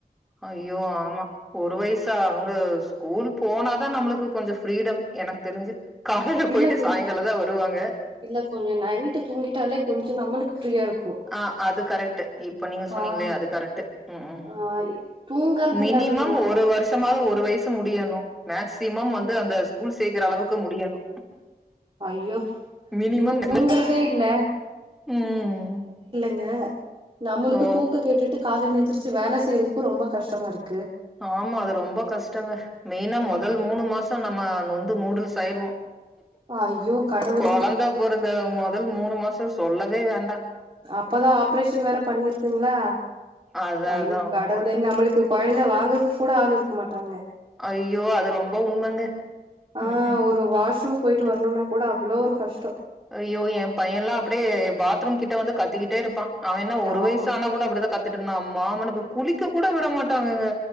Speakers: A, in the centre; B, on the right (about 35°).
A: ஐயோ ஆமா ஒரு வயசா அவங்க ஸ்கூல் போனாதா நம்மளுக்கு கொஞ்சம் ஃப்ரீடம் எனக்கு தெரிஞ்சு. காலையில
B: இல்ல
A: போயிட்டு
B: கொஞ்
A: சாயங்காலம் தான் வருவாங்க.
B: இல்ல கொஞ்சோ நைட்டு தூங்கிட்டாலே கொஞ்சோ நம்மளுக்கு ஃப்ரீயா இருக்கு
A: ஆ அது கரெக்ட்டு இப்ப நீங்க சொன்னீங்களே
B: ஆ
A: அது கரெக்ட்டு ம்
B: ஆ தூங்கறது
A: மினிமம்
B: இல்லாததுங்க
A: ஒரு வருஷமாவது ஒரு வயசு முடியணும் மேக்ஸ் சிமம் வந்து அந்த ஸ்கூல்ஸ் சேக்கிற அளவுக்கு முடியணு
B: ஐயோ
A: மினிமம்
B: இங்க தூங்கறதே இல்ல
A: <inaudible> ம்
B: ங்க. நம்மளுக்கு
A: ஓ
B: தூக்கங்கெட்டுட்டு காலைல எந் திரிச்சு வேல செய்யறதுக்கு ரொம்ப கஷ்டமா இருக்
A: ஆமா அது ரொம்ப கஷ்டங்க மெயினா மொதல் மூணு மாச நம்ம நொந்து நூடுல்ஸ் ஆயிருவோ.
B: ஐயோ கடவுளே
A: கொழந்த பிறந்த மொதல் மூணு மாசோ சொல்லவே வேண்டா.
B: அப்பதா ஆப்ரேஷன் வேற பண்ணிருக்குங்களா
A: அதா
B: ஐயோ
A: அதா
B: கடவுளே நம்மளுக் து கொழந்த வாங்கறதுக்கு கூட ஆள் இருக்க மாட்டாங்க.
A: ஐயோ அது ரொம்ப உண்மங்க
B: ஆ
A: ம் ம்.
B: ஒரு வாஷ்ரூம் போயிட்டு வரணுனா கூட அவ்வளோ ஒரு கஷ்டம்.
A: ஐயோ எ பைய எல்லா அப்படியே பாத்ரூம் கிட்ட வந்து கத்திக்கிட்டே இருப்பா அவன் என்ன ஒரு வயசு
B: ஆமா
A: ஆன கூட அப்படிதா கத்திட்டு. தின்னா மாமன குளிக்க கூட விட மாட். ட்டாங்க